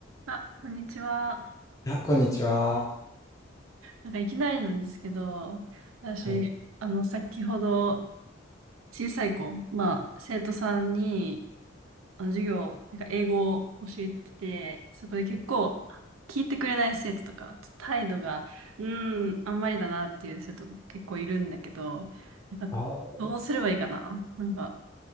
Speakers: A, on the right; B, on the left.
A: あ、こんにちは。
B: いや、こんにちは。
A: なんかいきなりなんですけど、私、
B: はい。
A: あの、先ほど小さい子、まあ、生徒さんに、あの、授業、てか英語を教えてて、そこで結構、聞いてくれない生徒とか、態度が、うーん、あんまりだなっていう生徒が結構いるんだけど、なんか、
B: あ、
A: どうすればいいかななんか、